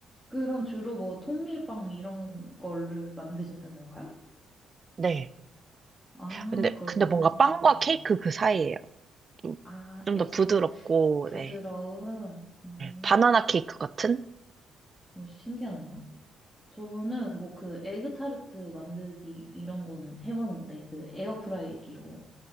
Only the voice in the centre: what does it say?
그럼 주로 뭐 통밀빵 이런 거를 만드시는 건가요?
아,
그렇구나.
네.
아,
약간
부드러운.
음,
어, 신기하네요. 저는 뭐 그 에그타르트 만들기 이런 거는 해봤는데 그 에어프라이기로.